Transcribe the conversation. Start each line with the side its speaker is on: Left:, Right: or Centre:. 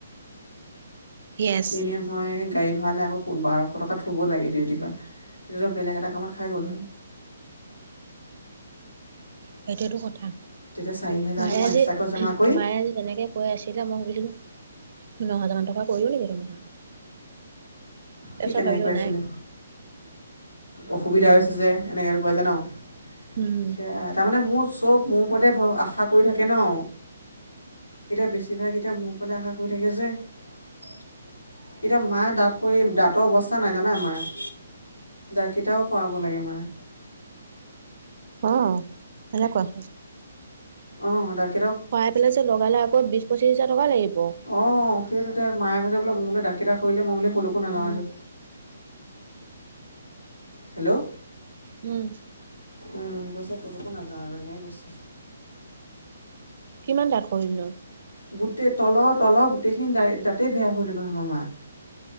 Right: য়েছ।
Left: এলিয়ম, মই গাড়ী ভাড়ালে আকৌ বাৰশ টকা থব লাগে ডিউটিৰ পৰা, এতিয়াতো বেলেগ এটা কামত খাই গ'ল হয়'।
Right: সেইটোতো কথা,
Left: তেতিয়া চাৰি হেজাৰটো
Right: মাৰাজে-মাৰাজে
Left: মই এক্সট্ৰাকৈ জমা কৰি
Right: তেনেকে কৈ আছিলে মই ভাবিলো, নহ হাজাৰ মান টকা কৰিলো নেকি? <inaudible> তাৰপিছত
Left: কি কেনেকৈ
Right: ভাবিলোঁ
Left: কৈ আছিলে?
Right: নাই
Left: অসুবিধা হৈছে যে, এনেকৈ বুলি কৈ দিলে ন'।
Right: উম
Left: সেয়া তাৰমানে মোৰ চব মোৰ ওপৰতে ভৰ-আশা কৰি থাকে ন'। এতিয়া বেছিভাগ এতিয়া মোৰ ওপৰতে আশা কৰি থাকে যে। এতিয়া মা দাঁত সৰি, দাঁতৰ অৱস্থা নাই জানে মাৰ? দাঁতকেইটাও সৰাব লাগে মাৰ।
Right: অ' সেনেকুৱা।
Left: অ' দাঁত
Right: সৰাই পেলাই যে লগালে আকৌ বিশ পঁচিশ হাজাৰ টকা লাগিব।
Left: অঁ সেইটোতে মায়ে কৈছে বুলে মোলে দাঁতকেইটা সৰিলে মই বুলে কলৈকো নাযাও আৰু। হেল্ল'
Right: উম'
Left: উম', কৈছে কলৈকো নাযাওঁ আৰু এনেকে কৈছে।
Right: কিমান দাত সৰিল ন'?
Left: গোটেই তলৰ-তলৰ গোটেইখিনি দা-দাতে বেয়া হল আমাৰ মা।